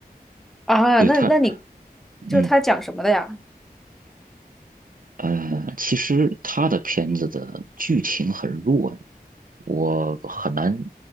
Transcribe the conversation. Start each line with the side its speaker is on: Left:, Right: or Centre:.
Centre: <laughs> 啊？
Right: 对他，
Centre: 那那你就是他讲什么的呀？
Right: 嗯。呃，其实他的片子的剧情很弱，我很难